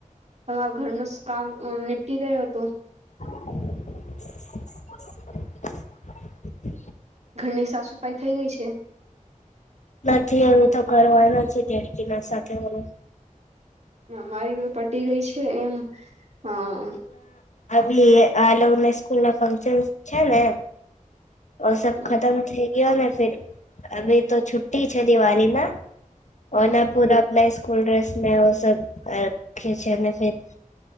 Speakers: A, on the right; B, on the left.
A: પણ ઘરનું કામ અ નીપટી ગયો હતું.
B: <inaudible>
A: ઘરની સાફ સફાઈ થઈ ગઈ છે.
B: નથી એવું તો કરવાનું છે દેડકી ના સાથે હું
A: મારી તો પટી ગઈ છે એમ હા
B: આવી આલો ને સ્કૂલ ના ફંક્શન છે ને ઓ સબ
A: હમ
B: ખતમ થઈ ગય ને ફેરે અભી તો છુટી છે દિવાલી ના
A: હમ
B: ઓનાપુર આપને સ્કૂલ ડ્રેસને ઓ સબ રખેયે છે ને ફીર